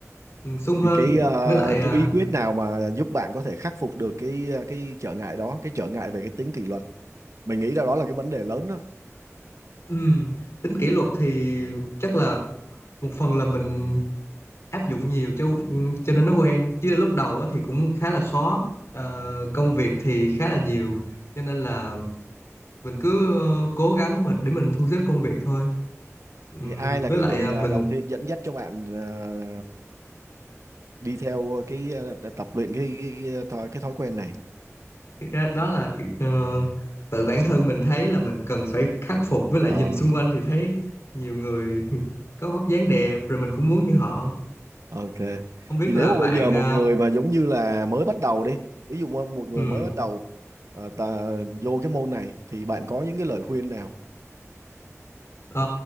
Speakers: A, on the left (about 60°); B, on the right (about 65°).
A: ừ, sung hơn
B: Thì cái ờ,
A: với lại à,
B: cái bí quyết nào mà giúp bạn có thể khắc phục được cái ờ, cái trở ngại đó, cái trở ngại về cái tính kỷ luật. Mình nghĩ là đó là cái vấn đề lớn đó.
A: ừm, tính kỷ luật thì chắc là một phần là mình áp dụng nhiều cho ừ, cho nên nó quen chứ lúc đầu á, thì cũng khá là khó Ờ, công việc thì khá là nhiều cho nên là mình cứ ờ, cố gắng mà để mình thu xếp công việc thôi Ừm,
B: Thì ai
A: với
B: là cái
A: lại
B: người
A: à,
B: ờ,
A: mình
B: đầu tiên dẫn dắt cho bạn ờ, đi theo cái ờ, tập luyện cái cái cái, cái thói cái thói quen này?
A: thực ra đó là cái- ờ, tự bản thân mình thấy là mình cần phải khắc phục với lại
B: Ờ.
A: nhìn xung quanh thì thấy nhiều người <laughs> có vóc dáng đẹp rồi mình cũng muốn như họ
B: Ok.
A: không biết
B: Thì nếu
A: là
B: mà
A: bạn
B: bây giờ một
A: à,
B: người mà giống như là mới bắt đầu đi, ví dụ mà một người
A: ừm,
B: mới bắt đầu ờ, ta vô cái môn này thì bạn có những cái lời khuyên nào?
A: ờ,